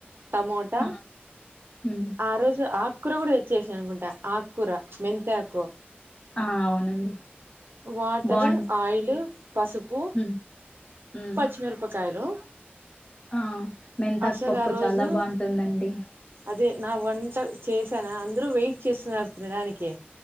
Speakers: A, on the right; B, on the left.
A: టమోటా
B: హా ఉమ్
A: ఆ రోజు ఆ ఆకురు కూడా తెచ్చేసా అనుకుంటా ఆకుర మెంతాకు
B: ఆ అవునండి
A: వాటర్
B: బాన్
A: ఆయిల్ పసుపు
B: ఉమ్ ఉమ్
A: పచ్చిమిరపకాయలు
B: ఆ మెంతాకు
A: అసలు
B: పప్పు
A: ఆ రోజు
B: చాలా బాగుంటుందండి
A: అదే నా వంట చేసాను అందరూ వెయిట్ చేస్తున్నారు తినడానికి